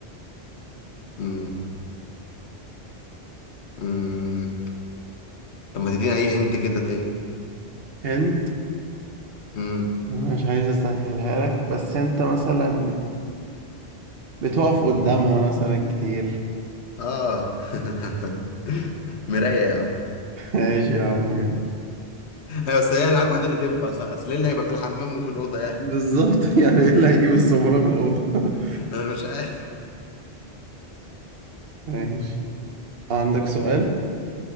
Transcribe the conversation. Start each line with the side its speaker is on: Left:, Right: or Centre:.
Left: مم، مم. طب ما تديني أي هنت كده تاني
Right: هنت
Left: مم.
Right: أنا مش عايز اسهلها لك بس انت مثلا بتقف قدامها مثلا كتير
Left: اه <laughs> مراية يا عم
Right: ماشي يا عم جاي
Left: ايوه بس هي الحاجة الوحيدة اللي تنفع صح اصل ايه اللي هيبقى في الحمام وفي الأوضة يعني
Right: بالظبط <laughs> يعني ايه اللي هيجيب السمرة في الأوضة <laughs>
Left: <laughs> انا مش عارف
Right: ماشي عندك سؤال